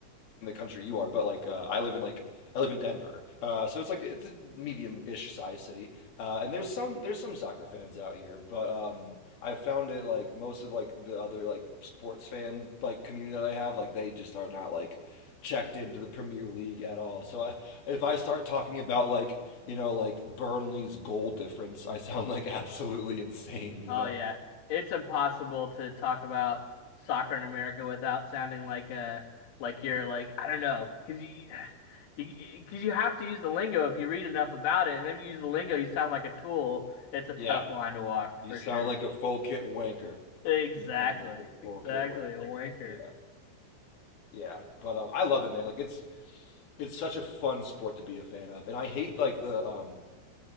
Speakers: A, on the left (about 50°); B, on the left (about 70°).
A: in the country you are, but like uh, I live in like I live in Denver, uh, so it's like it's a medium-ish size city, uh, and there's some there's some soccer fans out here, but um, I found it like most of like the other like sports fan like community that I have, like they just are not like checked into the Premier League at all. So I, if I start talking about like you know like Burnley's goal difference, I sound like absolutely insane. You
B: Oh
A: know?
B: yeah. It's impossible to talk about soccer in America without sounding like a like you're like I don't know because you you <sighs> because you have to use the lingo if you read enough about it and then if you use the lingo you sound like a tool. It's a
A: Yeah,
B: tough line to walk
A: you
B: for
A: sound
B: sure.
A: like a full kit wanker.
B: Exactly.
A: You sound like a
B: Exactly.
A: full kit wanker.
B: A wanker.
A: Yeah. Yeah, but um, I love it, man. Like it's it's such a fun sport to be a fan of, and I hate like the um